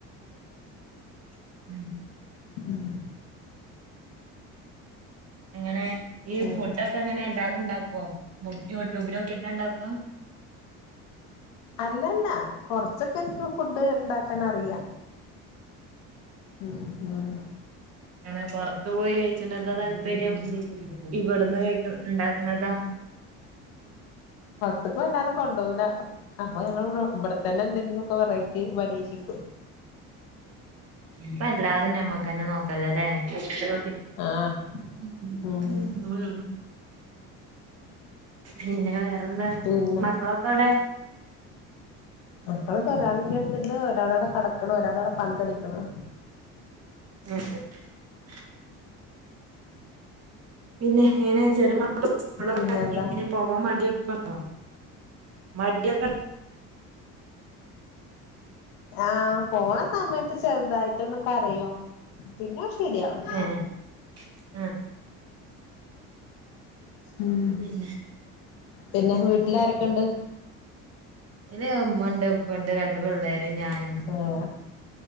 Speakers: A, on the right; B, on the left.
A: <inaudible>
B: ഉം
A: അങ്ങനെ ഈ
B: ഉം
A: ഫുഡൊക്കെ അങ്ങനെ എല്ലാമുണ്ടാക്ക ഓ യൂട്യൂബിനോക്കീട്ടാ ഉണ്ടാക്കാ
B: അല്ലല്ല കൊറച്ചൊക്കെ എനിക്ക് ഫുഡ് ഉണ്ടാക്കൻ അറിയാം ഉം ഉം
A: ആണ് പുറത്ത് പോയി കഴിച്ചി- ന്നതാ താല്പര്യം ഇവിടുന്ന് കഴി ഉണ്ടാക്കുന്നതാ
B: അതിപ്പം അല്ലാതെ കൊണ്ടേപോകൂല അപ്പൊ ഞങ്ങൾ ഇവിടെത്തന്നെ എന്തെങ്കിലും ഒക്കെ വെറൈറ്റി പരീക്ഷിക്കും
A: അപ്പ എല്ലാതും ഞമ്മക്കന്നെ നോക്കല്ല അല്ലെ <unintelligible>
B: ആഹ് ഉം
A: പിന്നെ വേറെന്താ
B: പിന്നെ
A: മക്കളൊക്കെ എവിടെ
B: മക്കളിക്കെ ഒരാൾ എറ്റെടുത്തുണ്ട് ഒരാളവിടെ കടക്കണ് ഒരാളവിടെ പന്ത് കളിക്കണ്
A: <unintelligible> പിന്നെ എങ്ങനെ ചെറിയ മക്കക്കൊക്കെ സ്കളിൽ
B: പിന്നെന്താ
A: എങ്ങനാ പോകാൻ മടിയൊക്കെയുണ്ടാ ആ മടിയൊക്കെ
B: ആഹ് പോണ സമയത്ത് ചെറുതായിട്ടെന്ന് കരയും പിന്നെ ശരിയാകും
A: ഏഹ് ആഹ്
B: ഉം
A: പിന്നെ
B: പിന്നെ വീട്ടിലാരൊക്കെ ഉണ്ട്
A: വീട്ടില് ഉമ്മ ഉണ്ട് ഉപ്പ ഉണ്ട് രണ്ടു പിള്ളേരും ഞാനും
B: ആഹ്